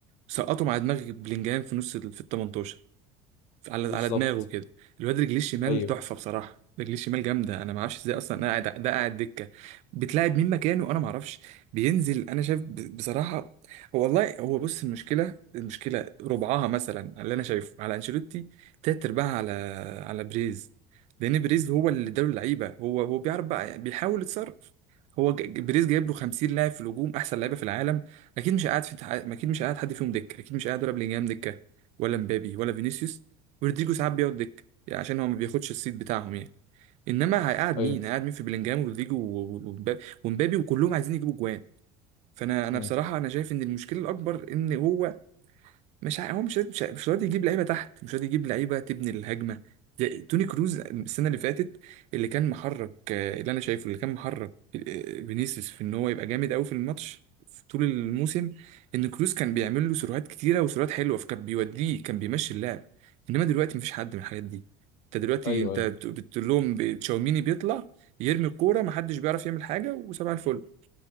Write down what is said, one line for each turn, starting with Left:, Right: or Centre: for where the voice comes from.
Right: سقطوا مع دماغ بلينجهام في نص ال... في ال 18 على
Left: بالظبط
Right: على دماغه كده الواد رجليه الشمال
Left: ايوه
Right: تحفه بصراحه رجليه الشمال جامده انا ما اعرفش ازاي اصلا انا قاعد ده قاعد دكه بتلاعب مين مكانه انا ما اعرفش بينزل انا شايف ب- بصراحه هو والله هو بص المشكله المشكله ربعها مثلا اللي انا شايفه على انشيلوتي تلات ارباعها على على بريز لان بريز هو اللي اداله اللعيبه هو هو بيعرف بقى بيحاول يتصرف هو ج- ج- بريز جايب له 50 لاعب في الهجوم احسن لعيبه في العالم اكيد مش قاعد في اكيد مش قاعد حد فيهم دكه اكيد مش قاعد ولا بلينجهام دكه ولا مبابي ولا فينيسيوس ورودريجو ساعات بيقعد دكة يعني عشان هو ما بياخدش السيت بتاعهم يعني انما هيقعد
Left: ايوه
Right: مين هيقعد مين في بلينجهام ورودريجو و- و- ومبابي ومبابي وكلهم عايزين يجيبوا جوان فانا انا
Left: مم.
Right: بصراحه انا شايف ان المشكله الاكبر ان هو مش ع- هو مش مش مش راضي يجيب لعيبه تحت مش راضي يجيب لعيبه تبني الهجمه زي توني كروز السنه اللي فاتت اللي كان محرك آه، اللي انا شايفه اللي كان محرك آه، فينيسيوس في ان هو يبقى جامد قوي في الماتش في طول الموسم ان كروز كان بيعمل له سيروهات كتيره وسيروهات حلوه فكان بيوديه كان بيمشي اللعب انما دلوقتي مفيش حد من الحاجات دي انت دلوقتي
Left: ايوه
Right: انت
Left: ايوه
Right: بت-
Left: أيوة.
Right: بتقول لهم ب- تشاوميني بيطلع يرمي الكوره محدش بيعرف يعمل حاجه وسبع الفل